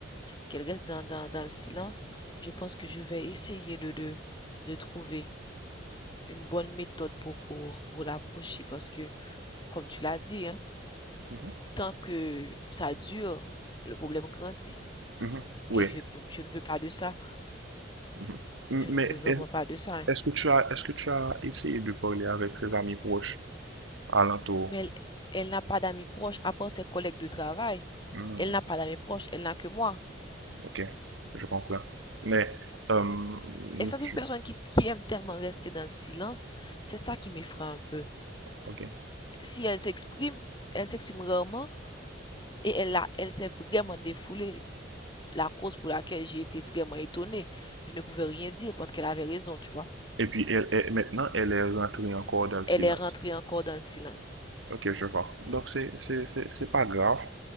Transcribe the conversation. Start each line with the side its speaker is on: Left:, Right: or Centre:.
Left: qu'elle reste dans, dans, dans le silence, je pense que je vais essayer de, de, de trouver une bonne méthode pour, pour, pour l'approcher parce que, comme tu l'as dit, hein,
Right: Mhm,
Left: tant que ça dure, le problème grandit.
Right: mhm, Oui.
Left: Et je ne, veux- je ne veux pas de ça.
Right: mhm.
Left: Je
Right: Mais
Left: ne veux vraiment
Right: est-
Left: pas de ça. hein.
Right: est-ce que tu as, est-ce que tu as essayé de parler avec ses amis proches alentour?
Left: Mais elle, elle n'a pas d'amis proches, à part ses collègues de travail.
Right: Hmm.
Left: Elle n'a pas d'amis proches, elle n'a que moi.
Right: OK, je comprends. Mais, euh,
Left: Et c'est
Right: tu-
Left: une personne qui, qui aime tellement rester dans le silence. C'est ça qui m'effraie un peu.
Right: OK.
Left: Si elle s'exprime, elle s'exprime rarement. Et elle a, elle s'est vraiment défoulée. La cause pour laquelle j'ai été vraiment étonnée, je ne pouvais rien dire parce qu'elle avait raison, tu vois.
Right: Et puis, elle est, maintenant, elle est rentrée encore dans le silence.
Left: Elle est rentrée encore dans le silence.
Right: OK, je vois. Donc, c'est, c'est, c'est, c'est pas grave.